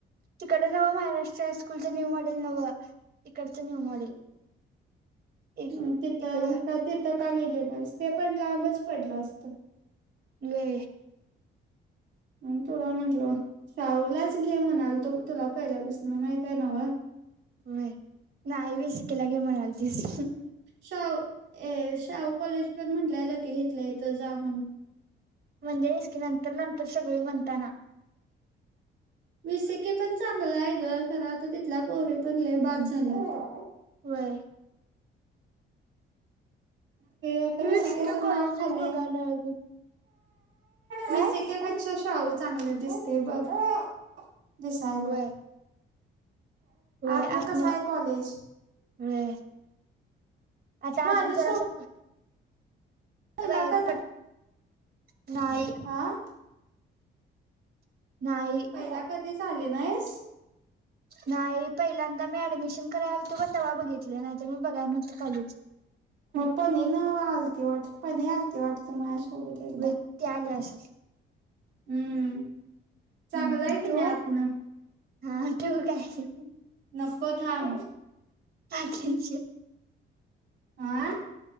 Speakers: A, on the right; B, on the right.
A: तिकडं नवं, महाराष्ट्र हायस्कूलचं न्यू मॉडेल नवं. इकडचं न्यू मॉडेल. इ
B: हम्म. तिथं
A: इकडं
B: तिथं का गेली नायब? ते पण लांबच पडलं असतं.
A: वे
B: मणु तुला म्हटलं. शाहूलाच घे म्हणालतो तुला पहिल्यापासनं माहितय नवं.
A: वय नाई विस्कीला गे म्हणालतीस.
B: शाह ए शाहू कॉलेज पण म्हटल्यालं की इथल्या इथं जा म्हणून.
A: म्हणजे इसकी नंतर नंतर सगळी म्हणताना.
B: विसेके पण चांगलाय गं खरं आता तिथल्या पोरी पण लय बाद झाल्यात.
A: वय.
B: आता विसिकेच
A: विसके कॉलेजेस
B: नाव खालीय.
A: बघायला अजून काय
B: विसिक केपेक्षा शाऊ चांगलं दिसतय बघा दिसायला.
A: व्हय व्हय
B: आतन
A: आतनं
B: कसं आहे कॉलेज
A: व्हय. आता
B: माझ्या
A: अजून जरासं
B: सोबत
A: एक
B: पहिला
A: बाय
B: कधी
A: कट. न्हाई
B: हा
A: न्हाई.
B: पयला कधीच आली नायस.
A: नाई पहिल्यांदा मी ऍडमिशन कराय आलतो बग. तवा बघितलं नाही तर मी बघाय न्हवतं कॉलेज.
B: पनीनं आलती वाट, पनी आलती वाटतं माझ्यासोबत एकदा.
A: व्हय ती आली आसल.
B: हम्म चांगलंय
A: हम्म
B: की
A: ठेवू
B: नाइ आतनं.
A: हा ठिव काय?
B: नको थांब
A: बाकिच्या.
B: हा